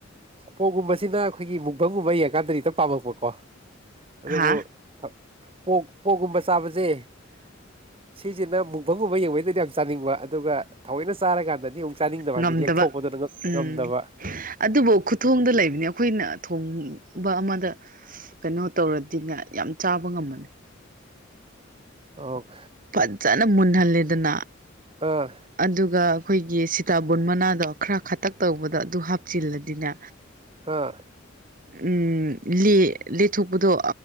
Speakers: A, on the right (about 30°); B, on the right (about 45°).
A: ꯄꯣꯛꯀꯨꯝꯕꯁꯤꯅ ꯑꯩꯈꯣꯏꯒꯤ ꯃꯨꯡꯕꯝꯒꯨꯝꯕ ꯌꯦꯡꯉꯀꯥꯟꯗꯗꯤ ꯍꯦꯛꯇ ꯄꯥꯝꯃꯛꯄꯀꯣ ꯑꯗꯨꯕꯨ
B: ꯍꯥ
A: ꯊ ꯄꯣꯛ ꯄꯣꯛꯀꯨꯝꯕ ꯆꯥꯕꯁ ꯁꯦ ꯁꯤꯁꯤꯅ ꯃꯨꯛꯕꯝ ꯒꯨꯕ ꯌꯦꯡꯕꯩꯗ ꯆꯅꯤꯡ ꯑꯗꯨꯒ ꯊꯑꯣꯏꯅ ꯆꯥꯔꯀꯥꯟꯗꯗꯤ ꯑꯃꯨꯛ ꯆꯥꯅꯤꯡꯗꯕ
B: ꯉꯝꯗꯕ
A: ꯍꯥꯏꯗꯤ ꯂꯦꯛꯊꯣꯛꯄꯗꯨꯅ
B: ꯎꯝ
A: ꯉꯝꯗꯕ
B: ꯑꯗꯨꯕꯨ ꯈꯨꯊꯣꯡꯗ ꯂꯩꯕꯅꯤ ꯑꯩꯈꯣꯏꯅ ꯊꯣꯡꯕ ꯑꯃꯗ ꯀꯩꯅꯣ ꯇꯧꯔꯗꯤꯅ ꯌꯥꯝ ꯆꯥꯕ ꯉꯝꯃꯅꯤ
A: ꯑꯣ
B: ꯄꯖꯖꯅ ꯃꯟꯅꯍꯜ ꯑꯗꯨꯅ
A: ꯑꯥ
B: ꯑꯗꯨꯒ ꯑꯩꯈꯣꯏꯒꯤ ꯆꯥꯕꯨꯟ ꯃꯅꯥꯗꯣ ꯈꯔ ꯈꯇꯛ ꯇꯧꯕꯗꯣ ꯑꯗꯨ ꯍꯥꯞꯆꯤꯜꯂꯗꯤꯅꯦ
A: ꯑꯥ
B: ꯎꯝ ꯂꯦꯊꯣꯛꯄꯗꯣ